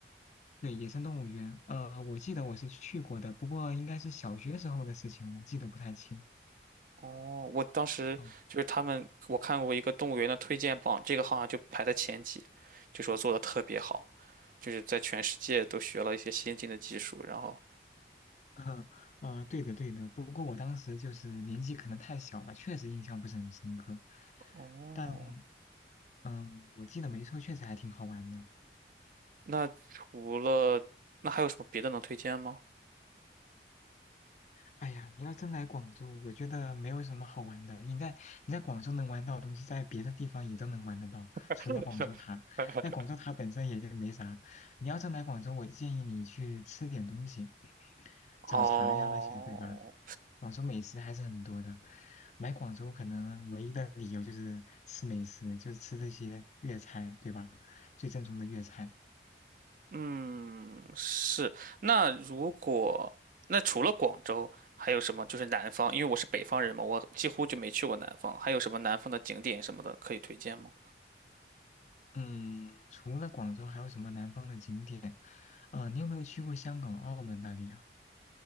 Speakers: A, on the left; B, on the right.
A: 对，野生动物园，呃，我记得我是去过的，不过应该是小学时候的事情了，记得不太清。
B: 哦，我当时就是他们，
A: 嗯，
B: 我看过一个动物园的推荐榜，这个好像就排在前几，就说做的特别好，就是在全世界都学了一些先进的技术。然后，
A: <laughs> 呃，对的对的，不过我当时就是年纪可能太小了，确实印象不是很深刻。
B: 哦，
A: 但嗯，我记得没错，确实还挺好玩的。
B: 那除了那还有什么别的能推荐吗？
A: 哎呀，你要真来广州，我觉得没有什么好玩的。你在你在广州能玩到的东西，在别的地方也都能玩得到，
B: <laughs>
A: 除了广州塔。那广州塔本身也就没啥。你要真来广州，我建议你去吃点东西，早茶呀那些，
B: 哦，
A: 对吧？广州美食还是很多的。来广州可能唯一的理由就是吃美食，就是吃这些粤菜，对吧？最正宗的粤菜。
B: 嗯，是。那如果那除了广州，还有什么？就是南方，因为我是北方人嘛，我几乎就没去过南方。还有什么南方的景点什么的可以推荐吗？
A: 嗯，除了广州，还有什么南方的景点？呃，你有没有去过香港、澳门那里啊？